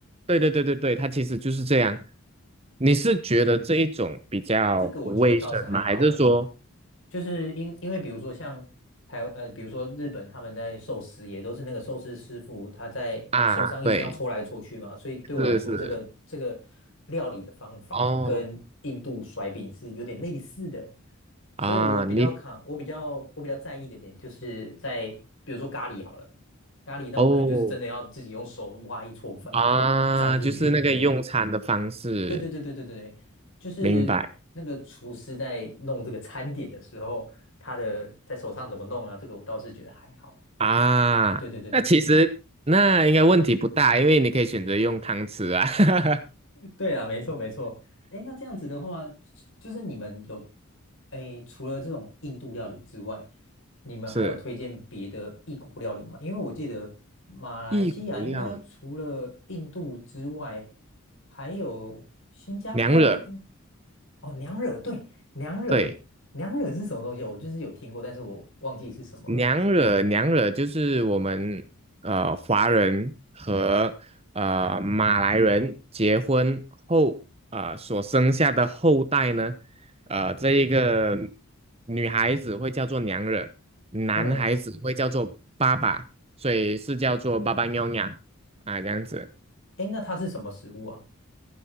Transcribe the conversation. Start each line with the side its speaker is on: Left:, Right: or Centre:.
Right: 对对对对对，它其实就是这样。你是觉得这一种比较不卫生吗？
Left: 这个我觉得倒是还好，
Right: 还是说
Left: 就是因因为比如说像台呃，比如说日本他们在寿司也都是那个寿司师傅他在手上一直这样搓来搓去嘛，
Right: 啊，对，
Left: 所以对我来说这个这个料理的方法跟印度甩饼是有点类似的，
Right: 是是哦
Left: 所以我比较扛，
Right: 啊，你
Left: 我比较我比较在意的点就是在比如说咖喱好了，咖喱那我可能就是真的要自己用手挖一撮饭，
Right: 哦。啊，
Left: 然后粘进去里面。
Right: 就是那个用餐的方式，
Left: 对对对对对对，就是那个厨师在弄这个餐点的时候，
Right: 明白
Left: 他的在手上怎么弄啊？这个我倒是觉得还好。
Right: 啊？
Left: 对对对对对，
Right: 那其实那应该问题不大，因为你可以选择用汤匙啊，<laughs>
Left: 对啦，没错没错。哎，那这样子的话，就是你们有，哎，除了这种印度料理之外，你们还有推荐别的异国料理吗？
Right: 是
Left: 因为我记得马来西亚应该除了印度之外，
Right: 一股料理，
Left: 还有新加坡应，
Right: 娘惹，
Left: 哦，娘惹，对，娘惹，
Right: 对。
Left: 娘惹是什么东西？我就是有听过，但是我忘记是什么了。
Right: 娘惹娘惹就是我们呃华人和呃马来人结婚后呃所生下的后代呢，呃这一个女孩子会叫做娘惹，男孩子会叫做爸爸，
Left: 嗯，
Right: 所以是叫做爸爸娘呀啊这样子，
Left: 哎，那它是什么食物啊？